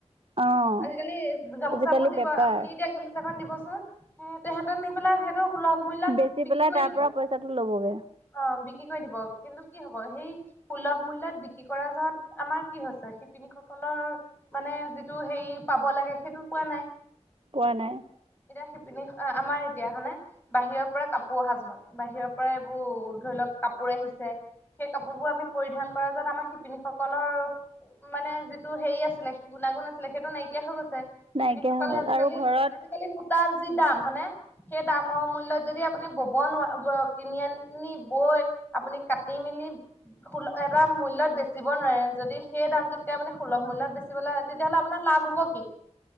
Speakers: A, on the right; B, on the left.
A: অঁ
B: আজিকালি গামোচাবোৰ
A: আজিকালি
B: দিব
A: বেপাৰ
B: গামোচা এখন দিবচোন সেয়েতে সেয়েতে নি পেলাই সেইটো সুলভ মূল্যত
A: বেচি
B: বিক্ৰী
A: পেলাই
B: কৰি
A: তাৰ
B: দিব
A: পৰা পইচাটো ল'বগৈ
B: অ বিক্ৰী কৰি দিব কিন্তু কি হ'ব সেই সুলভ মূল্যত বিক্ৰী কৰা য'ত আমাৰ কি হৈছে শিপিনীসকল অ মানে যিটো হেৰি পাব লাগে সেইটো পোৱা নাই
A: পোৱা নাই।
B: এতিয়া শিপিনী আমাৰ এতিয়া মানে বাহিৰৰ পৰা কাপোৰ অহা য'ত বাহিৰৰ পৰা এইবোৰ ধৰি লওঁক। কাপোৰ আহিছে। সেই কাপোৰবোৰ আমি পৰিধান কৰা যাত আমাৰ শিপিনীসকলৰ মানে যিটো হেৰি আছিলে গুণা ণাগুণ নাছিলে সেইটো নাইকিয়া হৈ গৈছে শিপিনীসকলে
A: নাইকিয়া হৈ গ'ল
B: আজিকালি
A: আৰু ঘৰত
B: আজিকালি শিত তাৰ যি দাম হায়নে সেই দামৰ মূল্যত যদি আপুনি বব নোৱ কিনি আ নি ঐ আপুনি কাটি মেলি এটা মূল্যত বেচিব নোৱাৰে যদি সেই দামটোতকে আপু সুলভ মূল্যত বেচিবলৈ, তেতিয়াহ'লে আপোনাৰ লাভ হ'ব কি?